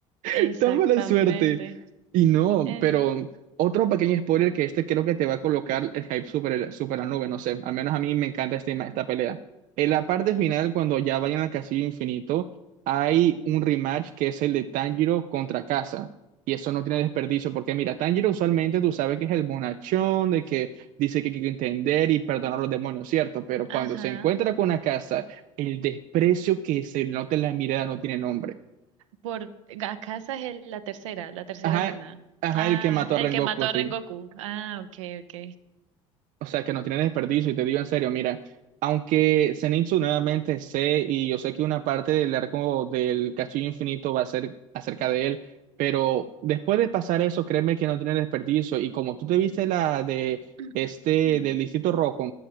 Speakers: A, on the right (about 70°); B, on the right (about 55°).
A: Exactamente.
B: <laughs> Tan mala suerte. Y no,
A: Eh,
B: pero otro pequeño spoiler que este creo que te va a colocar el hype super, super a la nube, no sé. Al menos a mí me encanta este, esta pelea. En la parte final, cuando ya vayan al Castillo Infinito, hay un rematch que es el de Tanjiro contra Casa Y eso no tiene desperdicio, porque mira, Tanjiro usualmente tú sabes que es el bonachón, de que dice que hay que entender y perdonar a los demonios, ¿cierto? Pero cuando
A: ajá.
B: se encuentra con Akasa, el desprecio que se nota en la mirada no tiene nombre.
A: Por Gacaza es el- la tercera, la tercera
B: Ajá,
A: luna.
B: ajá,
A: Ah,
B: el que mató a
A: el
B: Rengoku,
A: que mató a
B: sí.
A: Rengoku. Ah, ok, ok.
B: O sea, que no tiene desperdicio, y te digo en serio, mira, aunque Zenitsu nuevamente sé, y yo sé que una parte del arco del Castillo Infinito va a ser acerca de él, pero después de pasar eso, créeme que no tiene desperdicio, y como tú te viste la de
A: <clears throat>
B: este,
A: Mm.
B: del Distrito Rojo,